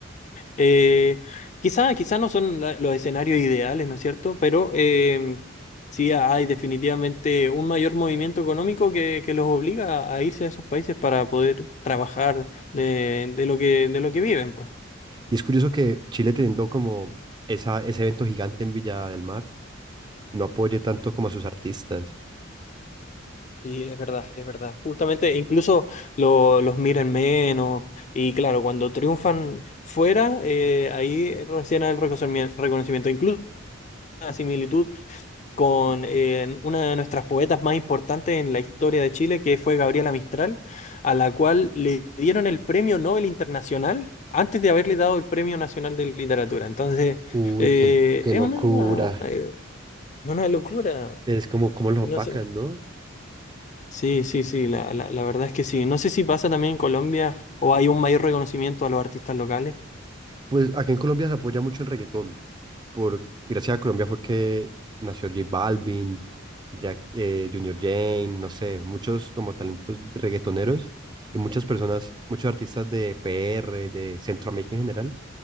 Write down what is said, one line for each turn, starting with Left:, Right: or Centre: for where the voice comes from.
Left: Eh, quizá, quizá no son la- los escenarios ideales, ¿no es cierto? Pero eh, sí hay definitivamente un mayor movimiento económico que, que los obliga a a irse a esos países para poder trabajar de, de lo que, de lo que viven, pues.
Right: Y es curioso que Chile teniendo como esa, ese evento gigante en Villa del Mar, no apoye tanto como a sus artistas.
Left: Sí, es verdad, es verdad. Justamente incluso lo- los miran menos y claro, cuando triunfan fuera, eh, ahí recién hay el reconocimiento, reconocimiento. Incluso una similitud. con eh, una de nuestras poetas más importantes en la historia de Chile, que fue Gabriela Mistral, a la cual le dieron el Premio Nobel Internacional antes de haberle dado el Premio Nacional de Literatura. Entonces,
Right: Uy,
Left: eh,
Right: qué, qué
Left: es
Right: locura.
Left: una, eh, una locura.
Right: Es como, como los
Left: No
Right: opacan,
Left: sé.
Right: ¿no?
Left: Sí, sí, sí, la, la, la verdad es que sí. No sé si pasa también en Colombia o hay un mayor reconocimiento a los artistas locales.
Right: Pues acá en Colombia se apoya mucho el reggaetón. Por, gracias a Colombia fue que nació J Balvin, Jack, eh, Junior Jane, no sé, muchos como talentos reggaetoneros y muchas personas, muchos artistas de PR, de Centroamérica en general,